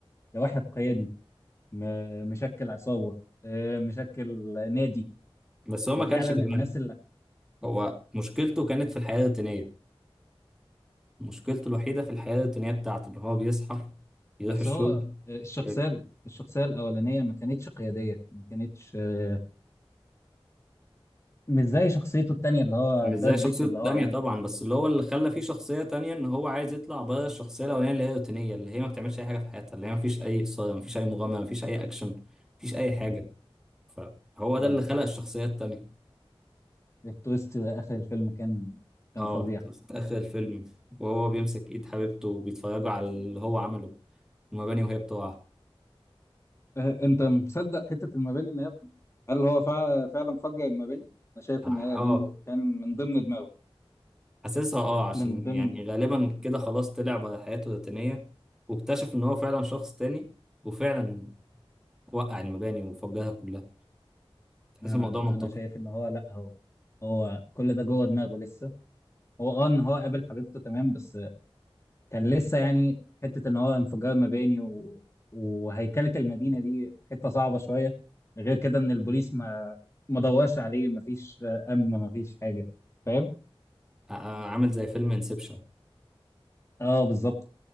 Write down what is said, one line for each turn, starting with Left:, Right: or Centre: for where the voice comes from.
Left: لواحد قيادي م- مشكل عصابة أه مشكل نادي
Centre: بس هو
Left: وفعلا
Centre: ما كانش جبان
Left: الناس اللي
Centre: هو مشكلته كانت في الحياة الروتينية مشكلته الوحيدة في الحياة الروتينية بتاعته اللي هو بيصحى يروح
Left: بس
Centre: الشغل
Left: هو آه، الشخصية
Centre: ي-
Left: الشخصية الأولانية ما كانتش قيادية ما كانتش آه، مش زي شخصيته التانية اللي هو
Centre: مش
Left: براد
Centre: زي
Left: بيت
Centre: شخصيته
Left: اللي
Centre: التانية
Left: هو عملها
Centre: طبعا بس اللي هو اللي خلى فيه شخصية تانية ان هو عايز يطلع بره الشخصية الأولانية اللي هي روتينية اللي هي ما بتعملش أي حاجة في حياتها اللي هي ما فيش أي إثارة ما فيش أي مغامرة ما فيش أي أكشن ما فيش أي حاجة فهو
Left: اه
Centre: ده اللي خلق الشخصية التانية
Left: التويست آخر الفيلم كان كان
Centre: اه
Left: فظيع
Centre: في آخر الفيلم وهو بيمسك إيد حبيبته وبيتفرجوا على اللي هو عمله المباني وهي بتقع
Left: آه، انت مصدق حته المباني ان هي هل هو فع- فعلا فجر المباني؟ انا شايف
Centre: اه
Left: ان هي
Centre: آه،
Left: دي كان من ضمن دماغه
Centre: حاسسها اه عشان
Left: من ضمن
Centre: يعني غالبا كده خلاص طلع بقى حياته الروتينية واكتشف ان هو فعلا شخص تاني وفعلا وقع المباني وفجرها كلها تحس
Left: أنا
Centre: الموضوع منطقي
Left: أنا شايف إن هو لأ هو هو كل ده جوه دماغه لسه هو اه إن هو قابل حبيبته تمام بس كان لسه يعني حته ان هو انفجار مباني و... وهيكله المدينه دي حته صعبه شويه غير كده ان البوليس ما ما دورش عليه ما فيش آه، امن ما فيش حاجه فاهم
Centre: ع- عامل زي فيلم انسبشن
Left: اه بالظبط